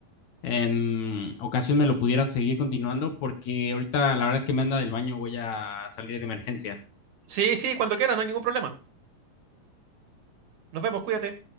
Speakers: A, on the left (about 60°); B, on the right (about 60°).
A: em, ocasión me lo pudieras seguir continuando, porque ahorita la verdad es que me anda del baño, voy a salir de emergencia.
B: Sí, sí, cuando quieras, no hay ningún problema. Nos vemos, cuídate.